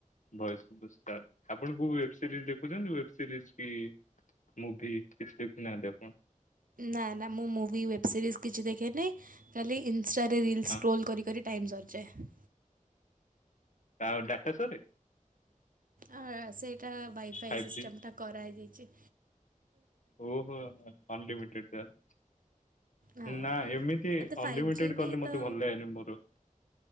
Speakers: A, on the left; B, on the right.
A: ଭଏସ୍ ଶୁବୁଚି ତାହେଲେ -ଆପଣ କଉ ୱେବ୍ ସିରିଜ୍ ଦେଖୁଚନ୍ତି ୱେବ୍ ସିରିଜ୍ କି ମୁଭି କିଛି ଦେଖୁନାହାନ୍ତି ଆପଣ?
B: ନା ନା ମୁଁ ମୁଭି, ୱେବ୍ ସିରିଜ୍ କିଛି ଦେଖେନି ଖାଲି ଇନଷ୍ଟା ରେ ରିଲ୍ସ୍
A: ହଁ
B: ସ୍କ୍ରୋଲ୍ କରି କରି ଟାଇମ୍ ସରିଯାଏ।
A: ଆଉ ଡାଟା ସରେ?
B: ଆ- ସେଇଟା ୱାଇଫାଇ
A: ଫାଇଭ
B: ସିଷ୍ଟମ୍
A: ଜି
B: ଟା କରାହେଇଯାଇଚି।
A: ଓହୋ ଅନଲିମିଟେଡ୍ ତାହାଲେ।
B: ହଁ।
A: ନା ଏମିତି
B: ଏତେ ଫାଇଭ୍
A: ଅନଲିମିଟେଡ୍
B: ଜି ବି
A: କଲେ ମତେ
B: ତ
A: ଭଲ ଲାଗେନି ମୋର।